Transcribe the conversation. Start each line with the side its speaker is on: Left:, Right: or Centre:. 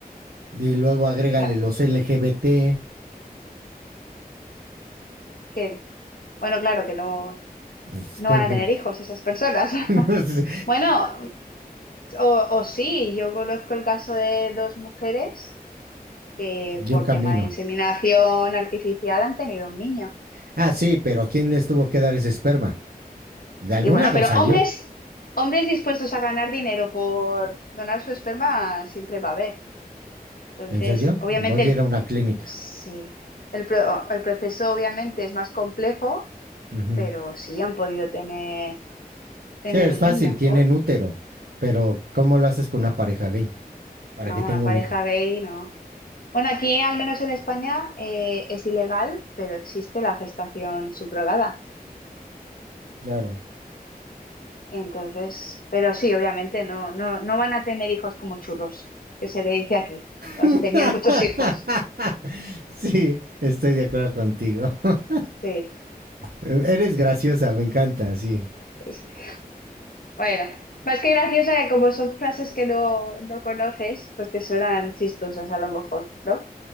Right: Y luego agrégale
Left: ver,
Right: los LGBT.
Left: que, bueno, claro, que no,
Right: Pues,
Left: no
Right: co-
Left: van a
Right: que-
Left: tener hijos esas personas. <laughs>
Right: <laughs> es
Left: Bueno, o, o sí, yo conozco el caso de dos mujeres que por
Right: un camino.
Left: tema de inseminación artificial han tenido un niño.
Right: Ah, sí, pero ¿quién les tuvo que dar ese esperma? De
Left: Sí,
Right: algún
Left: bueno,
Right: lado
Left: pero
Right: salió.
Left: hombres, hombres dispuestos a ganar dinero por donar su esperma siempre va a haber. Entonces,
Right: ¿En serio?
Left: obviamente,
Right: Voy
Left: el,
Right: a ir a una clínica.
Left: sí, el, pro- el proceso obviamente es más complejo,
Right: Ujú.
Left: pero sí han podido tener, tener
Right: Sí, es
Left: un
Right: fácil,
Left: niño.
Right: tienen
Left: O-
Right: útero, pero ¿cómo lo haces con una pareja gay para
Left: No,
Right: que tenga
Left: una pareja
Right: un hijo?
Left: gay, no. Bueno, aquí al menos en España eh, es ilegal, pero existe la gestación subrogada.
Right: Claro.
Left: Entonces, pero sí, obviamente no, no, no van a tener hijos como churros, que se le dice aquí. O
Right: <laughs>
Left: se tenían muchos hijos.
Right: Sí, estoy de acuerdo contigo. <laughs>
Left: Sí.
Right: Eres graciosa, me encanta, sí.
Left: sí. Bueno, más que graciosa que como son frases que no, no conoces, pues te suenan chistosas a lo mejor, ¿no?